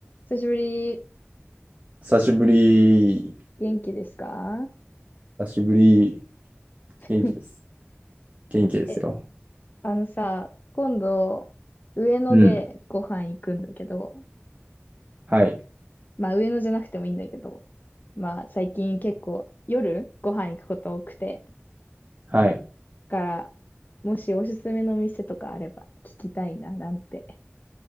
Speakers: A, on the left; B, on the right.
A: 久しぶり、
B: 久しぶり。
A: 元気ですか
B: 久しぶり。
A: <laughs>
B: 元気です。元気ですよ。
A: え、あのさ、今度、上野でご飯行くんだけど、
B: うん。はい。
A: まあ上野じゃなくてもいいんだけど、まあ最近結構夜ご飯行くこと多くて、だ
B: はい。
A: から、もしおすすめの店とかあれば聞きたいな、なんて。